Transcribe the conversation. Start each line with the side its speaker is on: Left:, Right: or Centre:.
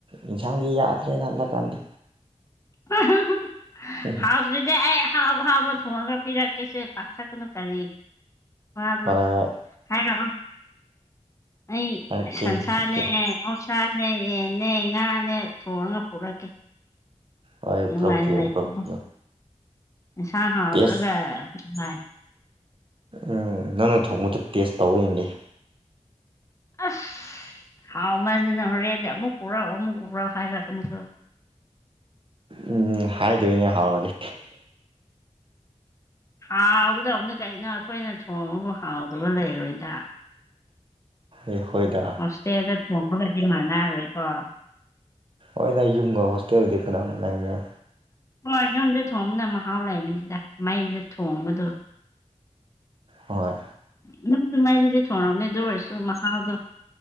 Right: ꯌꯦꯟꯁꯥꯡꯗꯤ ꯌꯥꯗ꯭ꯔꯦꯅ ꯍꯟꯗꯛ ꯀꯥꯟꯗꯤ
Left: <unintelligible>
Right: <unintelligible>
Left: ꯍꯥꯎꯇ꯭ꯔꯗꯤ ꯑꯩ ꯑꯍꯥꯎ ꯑꯍꯥꯎꯕ ꯊꯣꯡꯔꯒꯥ ꯄꯤꯔꯛ ꯀꯦꯁꯦ ꯄꯥꯈꯠ ꯀꯅꯨ ꯀꯔꯤ ꯋꯥꯕ꯭ꯔꯣ
Right: ꯍꯣꯏ ꯍꯣꯏ
Left: ꯍꯥꯏꯔꯛꯑꯣ ꯑꯩ
Right: ꯍꯥꯏꯔꯛꯀꯦ
Left: ꯁꯟꯁꯥꯅꯦ
Right: ꯍꯥꯏꯔꯛꯀꯦ
Left: ꯑꯣꯛꯁꯥꯅꯦ ꯌꯦꯟꯅꯦ ꯉꯥꯅꯦ ꯊꯣꯡꯔꯒ ꯄꯨꯔꯛꯀꯦ
Right: ꯍꯣꯏ
Left: ꯅꯨꯡꯉꯥꯏꯅ
Right: ꯄꯨꯔꯛꯄꯤꯌꯣ
Left: ꯂꯩꯊꯣꯛꯑꯣ
Right: ꯄꯨꯔꯛꯄꯤꯌꯣ
Left: ꯏꯟꯁꯥꯡ ꯍꯥꯎꯗ꯭ꯔꯒ
Right: ꯇꯦꯁ
Left: ꯅꯨꯡꯉꯥꯏ
Right: ꯎꯝ ꯅꯪꯅ ꯊꯣꯡꯕꯗ ꯇꯦꯁ ꯇꯧ ꯌꯦꯡꯒꯦ
Left: ꯑꯁ ꯍꯥꯎꯃꯗꯅ ꯍꯣꯔꯦꯟꯗꯤ ꯑꯃꯨꯛ ꯄꯨꯔꯛ ꯑꯃꯨꯛ ꯄꯨꯔꯛ ꯍꯥꯏꯔꯛꯀꯅꯤꯗ
Right: ꯎꯝ ꯍꯥꯏꯗꯣꯏꯅꯦ ꯍꯥꯎꯔꯗꯤ
Left: ꯍꯥꯎꯒꯗꯕꯅꯤ ꯀꯩꯅꯣ ꯑꯩꯈꯣꯏꯅ ꯊꯣꯡꯕꯕꯨ ꯍꯥꯎꯗꯕ ꯂꯩꯔꯣꯏꯗ
Right: ꯑꯩꯈꯣꯏꯗ
Left: ꯍꯣꯁꯇꯦꯗ ꯊꯣꯡꯕꯒꯗꯤ ꯃꯥꯟꯅꯔꯣꯏꯀꯣ
Right: ꯍꯣꯏꯗ ꯌꯨꯝꯒ ꯍꯣꯁꯇꯦꯜꯗꯤ ꯀꯅꯥꯝꯅꯪꯉ
Left: ꯍꯣꯏ ꯌꯨꯝꯗ ꯊꯣꯡꯕꯅ ꯃꯍꯥꯎ ꯂꯩꯕꯅꯤꯗ ꯃꯩꯗ ꯊꯣꯡꯕꯗꯣ
Right: ꯍꯣꯏ
Left: ꯑꯗꯨꯝꯁꯨ ꯃꯩꯗꯨꯗꯤ ꯊꯣꯡꯉꯛꯅꯦ ꯑꯗꯨ ꯑꯣꯏꯔꯁꯨ ꯃꯍꯥꯎꯗꯣ